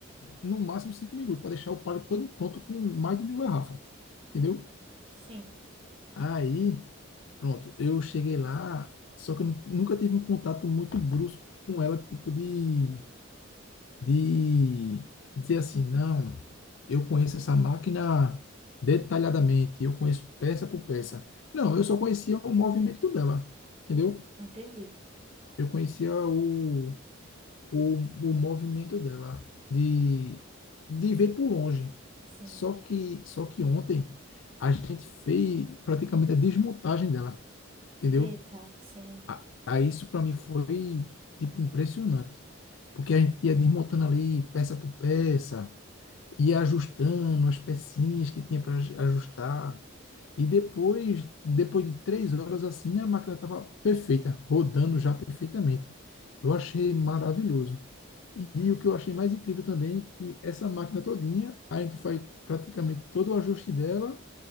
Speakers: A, on the left; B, on the right.
A: no máximo, cinco minutos, para deixar o pallet todo pronto com mais de mil garrafas, entendeu?
B: Sim,
A: Aí, pronto, eu cheguei lá, só que eu não- nunca tive um contato muito brusco com ela, tipo de de dizer assim, não, eu conheço essa máquina detalhadamente, eu conheço peça por peça. Não, eu só conhecia o movimento dela, entendeu?
B: entendi.
A: Eu conhecia o, o, o movimento dela, de, de ver por longe.
B: Sim.
A: Só que, só que ontem a gente fez praticamente a desmontagem dela, entendeu?
B: Eita, sim,
A: A- Aí isso para mim foi, tipo, impressionante. Porque a gente ia desmontando ali peça por peça, ia ajustando as pecinhas que tinha para ajustar. E depois, depois de três horas assim, a máquina estava perfeita, rodando já perfeitamente. Eu achei maravilhoso. E o que eu achei mais incrível também, é que essa máquina todinha, a gente faz praticamente todo o ajuste dela,